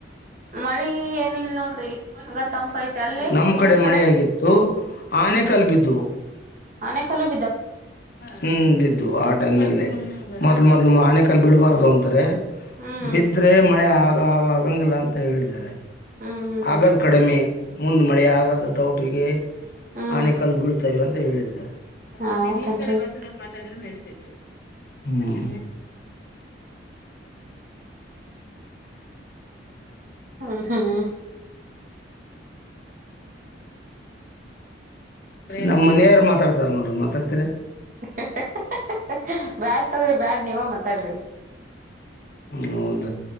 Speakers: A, on the right; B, on the left.
A: ಮಳಿ ಏನಿಲ್ ನೋಡ್ರಿ ಹಂಗ ತಂಪ ಐತೆ ಅಲ್ಲಿ
B: ನಮ್
A: ನಿಮ್ಮೂರ್
B: ಕಡೆ ಮಳೆ ಆಗಿತ್ತು. ಆನೆ ಕಲ್ಬಿದ್ವು
A: ಅನೆಕಲ್ಲು
B: ಹು ಬಿದ್ವು <unintelligible>
A: ಹ್ಮ್
B: ಮೊದ್ಲು
A: ಹ್ಮ್
B: ಮೊದ್ಲು ಆನೆ ಕಲ್ ಬಿಳ್ಬಾರ್ದು ಅ ಅಂತರೆ
A: ಹ್ಮ್
B: ಬಿದ್ರೆ ಮಳೆ ಆಗ ಆ ಆಗಂಗಿಲ್ಲ ಅಂತ ಹೇಳಿದ್ದಾರೆ.
A: ಹ್ಮ್ ಹ್ಮ್ ಹ್ಮ್ ಹ್ಮ್
B: ಆಗದ್ ಕಡಿಮಿ ಮುಂದ್ ಮಳೆ ಆಗದ್ ಡೌಟಿಗೆ
A: ಹ್ಮ್
B: ಆನೆ ಕಲ್ ಬೀಳ್ತವೆ ಅಂತ ಹೇಳಿದ್ರ ಸ್ವಲ್ಪ
A: ಹ್ಮ್ ಹೌದೇನ್ರಿ
B: ನಿನ್ ಈ ಕಡೆ ಬಂದ್ ಮಾತಾಡುದ್ರ ನೆಡಿತೈತಿ. ಹ್ಮು
A: ಹ್ಮ ಹ್ಮ
B: ನಮ್ಮ್ ಮನೆಯರ್ ಮಾತಾಡ್ತಾರ ನೋಡ್ ಮಾತಾಡ್ತಿರಿ.
A: ಹ ಹ ಬ್ಯಾಡ್ ತಗೊರಿ ಬ್ಯಾಡ್ ನೀವೆ ಮಾತಾಡ್ರಿ.
B: ಹೌದ